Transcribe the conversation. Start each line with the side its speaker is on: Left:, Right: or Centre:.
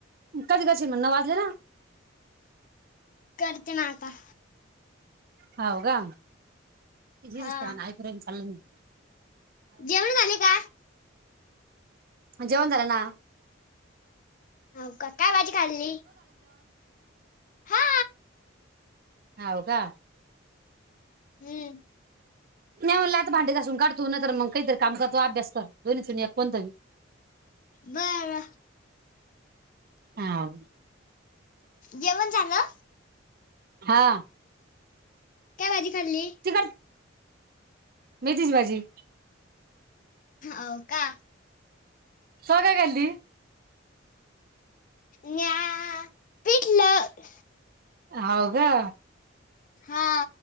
Right: कधी करशील म, नऊ वाजले ना.
Left: करते ना आता.
Right: हव का, तिझं
Left: हा
Right: नुसतं नायपुरांण चाललंय.
Left: जेवण झाले का?
Right: जेवण झालं ना.
Left: हो का, काय भाजी खाल्ली? हा
Right: हव का?
Left: हम्म
Right: नाही म्हणला आत भांडे घासून काढतो न तर मग काहीतरी काम करतो अभ्यास कर दोन्हीच एक कोणतंही
Left: बर
Right: ह
Left: जेवण झालं
Right: हा
Left: काय भाजी खाल्ली
Right: तिखट मेथीची भाजी
Left: अ का
Right: स काय कली
Left: म्या पिठलं
Right: हव का
Left: हा